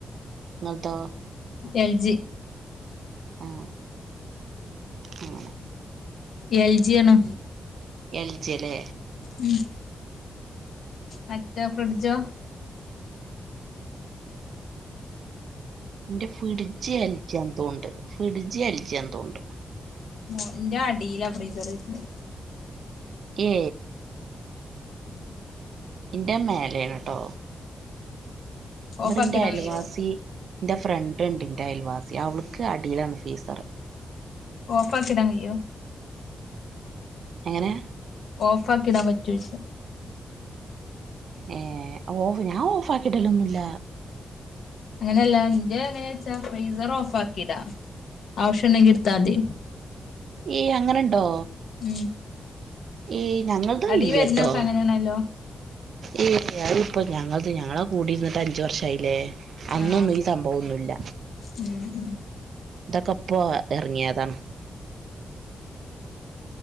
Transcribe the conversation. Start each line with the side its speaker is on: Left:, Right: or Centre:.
Right: നിങ്ങതോ
Left: എൽജി
Right: ആഹ അങ്ങനെ
Left: എൽജിയാണ്
Right: എൽജിയാലെ
Left: മം മറ്റേ ഫ്രിഡ്ജോ
Right: എന്റെ ഫ്രിഡ്ജ് എൽജിയാന്ന് തോണ്ട് എന്റെ ഫ്രിഡ്ജ് എൽജിയാന്ന് തോണ്ട്
Left: മ എന്റെ അടിലാ ഫ്രീസറന്
Right: ഏ എന്റെ മേലാണ് കേട്ടോ നമ്മടെന്റെ
Left: ഓഫ് ആക്കിടാൻ
Right: അയലവാസി
Left: കഴിയോ
Right: എന്റെ ഫ്രണ്ട് ഉണ്ട്ന്റെ അയൽവാസി അവൾക്ക് അടിയിലാണ് ഫീസറ്
Left: ഓഫാക്കിടാൻ കഴിയോ
Right: എങ്ങനെ
Left: ഓഫ് ആക്കിടാൻ പറ്റോന്ന് ചോദിച്ച
Right: ഏ ഓഫ് ഞാൻ ഓഫ് ആക്കിട ലൊന്നുല്ല
Left: അങ്ങനെല്ലാ എന്റെ എങ്ങനന്നു വെച്ച ഫ്രീസർ ഓഫ് ആക്കിടാ ആവശ്യം ഉണ്ടെകി എടുത്തമതി
Right: ഏയ് അങ്ങനെണ്ടോ
Left: ഉം
Right: ഏ ഞങ്ങത്
Left: അടി
Right: ഇല്ലട്ടോ
Left: വരുന്നൊക്കെ അങ്ങനെയാണല്ലോ
Right: ഏ അത് ഇപ്പോം ഞങ്ങൾ ഞങ്ങളെ കൂടിയിരുന്നിട്ട് അഞ്ച് വർഷായില്ലേ അന്നൊന്നും
Left: ആഹ്
Right: ഈ സംഭവൊന്നും ല്ല
Left: ഉം ഉം
Right: ഇതൊക്കെപ്പ എറങ്ങിയതാണ്